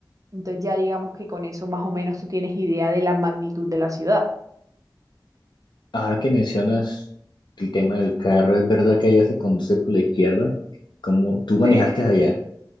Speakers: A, on the right; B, on the left.
A: Entonces ya digamos que con eso más o menos tú tienes idea de la magnitud de la ciudad.
B: Ahora que mencionas el tema del carro, ¿es verdad que allá se conduce por la izquierda? ¿Cómo tú manejaste
A: <laughs>
B: allá.